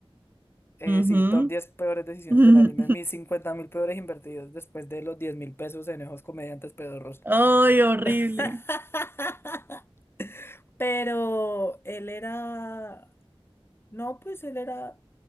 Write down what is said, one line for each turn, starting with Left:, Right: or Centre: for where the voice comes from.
Left: Eh,
Right: Ujú.
Left: sí, top 10 peores decisiones
Right: <laughs>
Left: del anime. Mis cincuenta mil peores invertidos después de los diez mil pesos en esos comediantes pedorros.
Right: Ay, horrible.
Left: <laughs> Pero él era... No, pues él era...